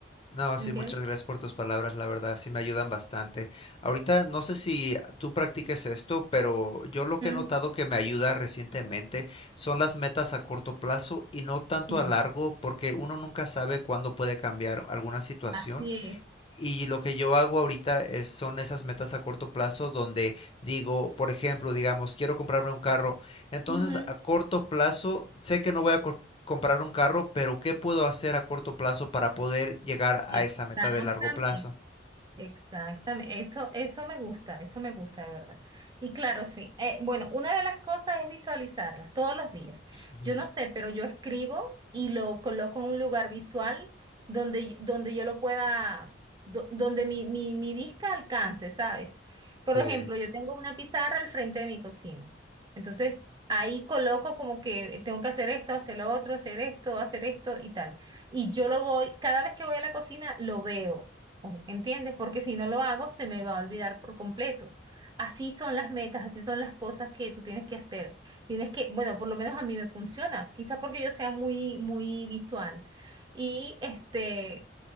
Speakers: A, on the left (about 30°); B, on the right (about 25°).
A: No,
B: ¿me
A: sí,
B: entiendes?
A: muchas gracias por tus palabras, la verdad, sí me ayudan bastante. Ahorita no sé si tú practiques esto, pero yo lo que
B: Ujú,
A: he notado que me ayuda recientemente son las metas a corto plazo y no tanto
B: sí,
A: a largo, porque uno nunca sabe cuándo puede cambiar alguna situación.
B: así es.
A: Y lo que yo hago ahorita es, son esas metas a corto plazo donde digo, por ejemplo, digamos, quiero comprarme un carro. Entonces,
B: Ujú.
A: a corto plazo, sé que no voy a co- comprar un carro, pero ¿qué puedo hacer a corto plazo para poder llegar a
B: Exactamente.
A: esa meta de largo plazo?
B: Exactamente, eso, eso me gusta, eso me gusta de verdad. Y claro, sí. eh, bueno, una de las cosas es visualizarlas todos los días.
A: Ujú.
B: Yo no sé, pero yo escribo y lo coloco en un lugar visual donde, y- donde yo lo pueda, do- donde mi, mi, mi vista alcance, ¿sabes? Por
A: Sí.
B: ejemplo, yo tengo una pizarra al frente de mi cocina. Entonces, ahí coloco como que tengo que hacer esto, hacer lo otro, hacer esto, hacer esto y tal. Y yo lo voy, cada vez que voy a la cocina, lo veo. ¿O- ¿Entiendes? Porque si no lo hago, se me va a olvidar por completo. Así son las metas, así son las cosas que tú tienes que hacer. Tienes que, bueno, por lo menos a mí me funciona, quizá porque yo sea muy, muy visual. Y este,